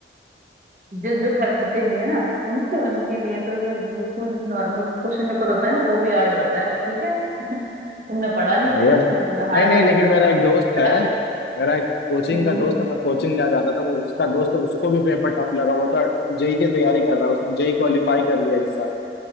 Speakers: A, on the right (about 45°); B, on the left (about 65°).
A: जो जो पढ़ते नहीं है ना उनके उनके लिए तो जो बिल्कुल नॉर्मल क्वेश्चन पेपर होता है ना वो भी हार्ड होता है ठीक है तुमने पढ़ा नहीं
B: हाँ
A: होगा
B: ये अब
A: इसलिए तुम्हें हार्ड
B: नहीं नहीं
A: लग
B: लेकिन
A: रहा
B: मेरा
A: होगा
B: एक दोस्त है
A: तभी
B: मेरा एक कोचिंग
A: हम्म
B: का दोस्त है मैं कोचिंग जा जाता था वो उसका दोस्त है उसको भी पेपर टफ लगा वो तो जेई की तैयारी कर रहा है उसने जेई क्वालिफाई कर लिया इस साल